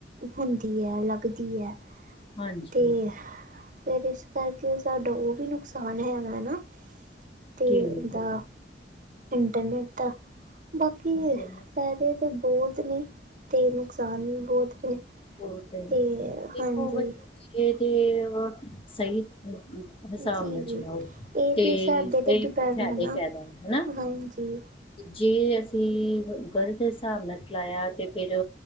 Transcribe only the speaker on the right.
ਹੁੰਦੀ ਐ ਲੱਗਦੀ ਐ।
ਤੇ, ਫਿਰ ਇਸ ਕਰਕੇ ਸਾਡਾ ਉਹ ਵੀ ਨੁਕਸਾਨ। ਨੁਕਸਾਨ ਹੀ ਹੈਗਾ, ਨਾ ਤੇ
ਦਾ ਇੰਟਰਨੈਟ ਦਾ ਬਾਕੀ
ਫਾਇਦੇ ਤਾਂ ਬੋਤ ਨੇ, ਤੇ ਨੁਕਸਾਨ ਵੀ ਬੋਤ ਨੇ।
ਤੇ ਹਾਂਜੀ
ਜੀ
ਜੀ
ਇਹ
ਸਾਡੇ
ਤੇ ਡਿਪੈਂਡ
ਨਾ
ਹਾਂਜੀ